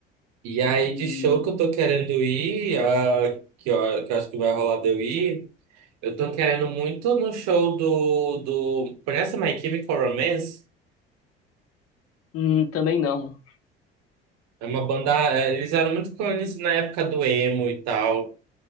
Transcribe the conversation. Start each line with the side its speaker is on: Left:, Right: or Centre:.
Right: E aí,
Left: E
Right: de show que eu tô querendo ir, ah, que, eu, que eu acho que vai rolar de eu ir, eu tô querendo muito no show do, do... Conhece My Chemical Romance?
Left: hum, também não.
Right: É uma banda, eh, eles eram muito conhecidos na época do emo e tal.